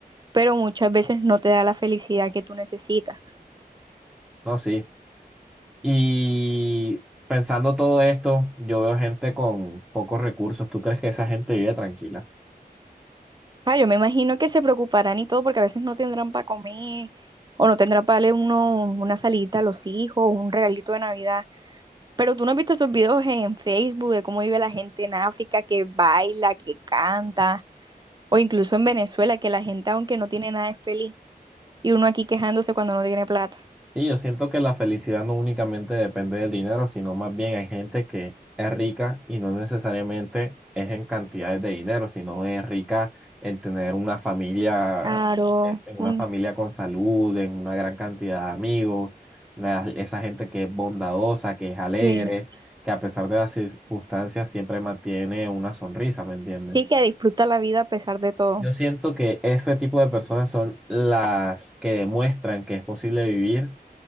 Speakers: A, on the right (about 25°); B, in the centre.
A: pero muchas veces no te da la felicidad que tú necesitas.
B: No, sí. Y pensando todo esto, yo veo gente con pocos recursos, ¿tú crees que esa gente vive tranquila?
A: Ah, yo me imagino que se preocuparán y todo porque a veces no tendrán para comer o no tendrán para darle uno, una salita a los hijos, un regalito de Navidad. Pero tú no has visto esos videos en Facebook de cómo vive la gente en África, que baila, que canta, o incluso en Venezuela, que la gente aunque no tiene nada es feliz. Y uno aquí quejándose cuando no tiene plata.
B: Y yo siento que la felicidad no únicamente depende del dinero, sino más bien hay gente que es rica y no necesariamente es en cantidades de dinero, sino es rica en tener una familia,
A: Claro,
B: eh, en una
A: un-
B: familia con salud, en una gran cantidad de amigos, una- esa gente que es bondadosa, que es alegre,
A: sí.
B: que a pesar de las circunstancias siempre mantiene una sonrisa, ¿me entiendes?
A: Sí que disfruta la vida a pesar de todo.
B: Yo siento que ese tipo de personas son las que demuestran que es posible vivir